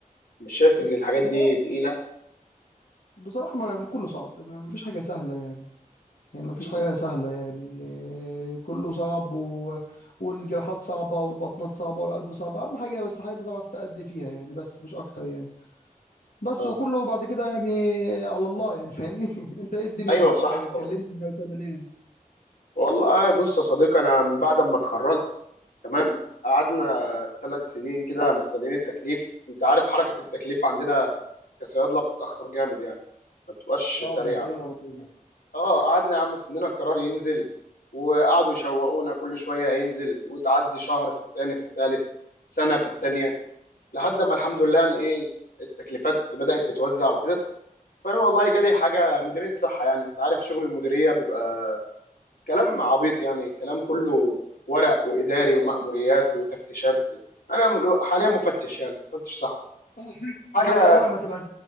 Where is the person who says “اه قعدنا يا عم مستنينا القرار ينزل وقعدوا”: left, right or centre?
Left